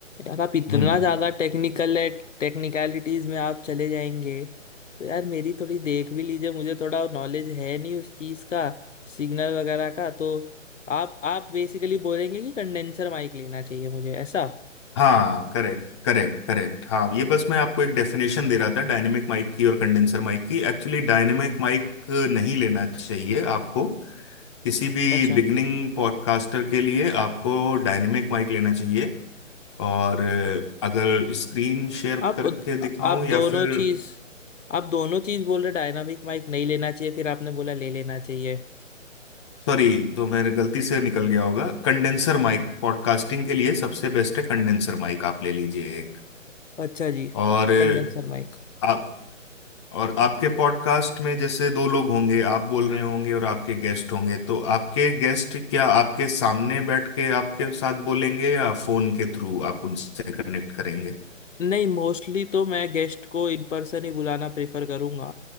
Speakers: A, on the left; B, on the left.
A: यार आप इतना
B: हम्म
A: ज्यादा टेक्निकल है टेक्निकलिटीज में आप चले जाएंगे तो यार मेरी थोड़ी देख भी लीजिए मुझे थोड़ा नॉलेज है नहीं उस चीज का सिग्नल वगैरह का तो आप आप बेसिकली बोलेंगे कि कंडेंसर माइक लेना चाहिए मुझे ऐसा
B: हाँ करेक्ट करेक्ट करेक्ट हाँ ये बस मैं आपको एक डेफिनेशन दे रहा था डायनेमिक माइक की और कंडेंसर माइक की एक्चुअली डायनेमिक माइक नहीं लेना चाहिए आपको किसी भी
A: अच्छा
B: बिगनिंग पॉडकास्टर के लिए आपको डायनेमिक माइक लेना चाहिए और अ, अगर स्क्रीन शेयर
A: आप
B: करके दिखाऊं
A: आप
B: या
A: दोनों
B: फिर
A: चीज आप दोनों चीज बोल रहे डायनामिक माइक नहीं लेना चाहिए फिर आपने बोला ले लेना चाहिए
B: सॉरी तो मेरे गलती से निकल गया होगा कंडेंसर माइक पॉडकास्टिंग के लिए सबसे बेस्ट है कंडेंसर माइक आप ले लीजिए एक
A: अच्छा जी
B: और अ,
A: Condenser mic
B: आप और आपके पॉडकास्ट में जैसे दो लोग होंगे आप बोल रहे होंगे और आपके गेस्ट होंगे तो आपके गेस्ट क्या आपके सामने बैठ के आपके साथ बोलेंगे या फोन के थ्रू आप उनसे कनेक्ट करेंगे
A: नहीं मोस्टली तो मैं गेस्ट को इन पर्सन ही बुलाना प्रेफर करूंगा